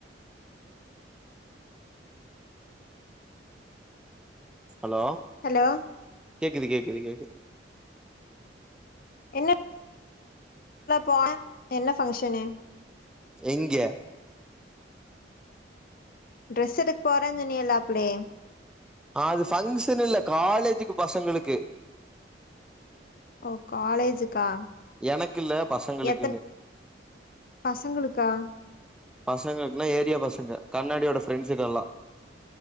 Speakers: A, in the centre; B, on the left.
A: ஹலோ
B: ஹலோ
A: கேக்குது கேக்குது கேக்குது
B: என்ன போ என்ன ஃபங்க்ஷனு
A: எங்கே
B: ட்ரெஸ் எடுக்கு போறேன்னு சொனியல்ல அப்ளே
A: அ அது பங்க்ஷன் இல்ல காலேஜுக்கு பசங்களுக்கு
B: ஓ காலேஜுக்கா
A: எனக்கு இல்ல பசங்களுக்குன்னு
B: எத்தன பசங்களுக்கா
A: பசங்களுக்குன்னா ஏரியா பசங்க கண்ணாடியோட ஃப்ரெண்ட்ஸுக்கெல்லா